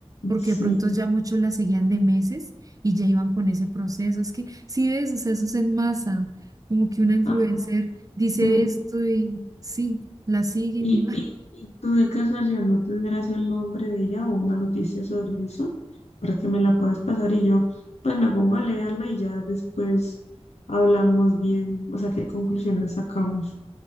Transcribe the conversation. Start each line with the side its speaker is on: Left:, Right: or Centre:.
Right: porque
Left: Sí.
Right: de pronto ya muchos la seguían de meses y ya iban con ese proceso. Es que sí ves, o sea, eso es en masa, como que una influencer
Left: Ah,
Right: dice
Left: sí,
Right: esto y sí, la siguen
Left: ¿Y,
Right: y va.
Left: y, y tú de casualidad no tendrás el nombre de ella o una noticia sobre eso para que me la puedas pasar y yo pues me pongo a leerla y ya después hablamos bien, o sea, qué conclusiones sacamos.